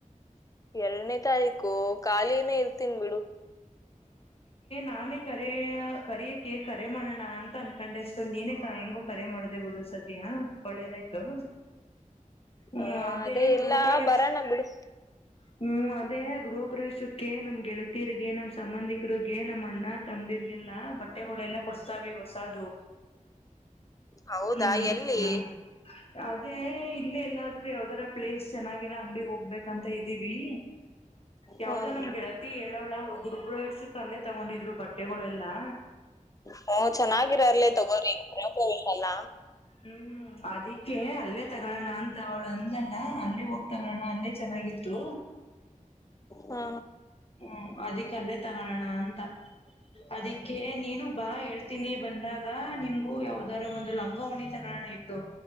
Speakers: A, on the left (about 25°); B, on the left (about 45°).
A: ಎರಡನೇ ತಾರೀಕು ಖಾಲಿನೇ ಇರ್ತೀನ್ ಬಿಡು
B: ನಾನ ಕರೆ ಕರಿಯಕ್ಕೆೆ ಕರೆ ಮಾಡೋಣ ಅಂತ ಅನ್ಕೊಂಡೆ ಅಷ್ಟಲ್ ನೀನ ಕ ಹೆಂಗೋ ಕರೆ ಮಾಡದೆ ಗುಡು ಸದ್ಯ ಒಳ್ಳೇದಾಯ್ತು ಹ್ಮ್
A: ಹಓ ಅದೇ ಇಲ್ಲ
B: ಗೃಹ ಪ್ರವೇಶ್
A: ಬರೋಣ ಬಿಡು
B: ಹ್ಮ್ ಅದೇ ಗೃಹ ಪ್ರವೇಶ ಏ ನಮ್ ಗೆಳತತಿರ್ ನಮ ಸಂಬಂಧಿಕರು ಗೆ ನಮ್ ಅಣ್ಣ ತಮ್ದಿರ್ ಎಲ್ಲ ಬಟ್ಟೆಗಳೆಲ್ಲ ಕೊಡ್ಸ್ತೀ ಹೊಸದು
A: ಹೌದಾ
B: ಹ್ಮ್
A: ಎಲ್ಲಿ
B: ಹ್ಮ್ ಅದೇ ಇಲ್ಲ ಎಲ್ಲಾದ್ರೂ ಯಾವ್ದಾರ ಪ್ಲೇಸ್ ಚೆನ್ನರ ಅಂಗ ಹೋಗ್ಬೇಕಂತ ಇದೀವಿ ಯವ್ದೋ
A: ಹ್ಮ್
B: ನ ಗೆಳತಿ ಹೇಳೋಳ ಗುರುಪ್ರವೇಶಕ್ ಅಲ್ಲೇ ತಗೊಂಡಿದ್ರು ಬಟ್ ಬಟ್ಟೆಗಳೆಲ್ಲಾ
A: ಹಓ ಚೆನ್ನಾಗಿರರ್ಲಿ ತಗೋ್ರಿಾಪವೇಶ ಅಲ್ಲ
B: ಹ್ಮ್ ಅದಿಕ್ಕೆ ಅಲ್ಲೇ ತಗೋಳೋಣ ಅಂತ ಅವಳು ಅಂದಲ್ಲ ಅಲ್ಲೇ ಹೋಗ್ ತಗೋಳೋಣ ಅಲ್ಲೇ ಚೆನ್ನಾಗಿತ್ತು
A: ಹಾ
B: ಹ್ಮ್ ಅದಿಕ್ಕಲ್ಲೇ ತಗೋಣ ಅಂತ ಅದಿ ಅಕೆ ನೀನು ಬಾ ಹೇಳ್ತೀನಿ ಬಂದಾಗ ನಿಮಗೂ ಯಾವ್ದಾರ ಒಂದು ಲಂಗಾವಣಿ ತಗೋಣ ಇದ್ರು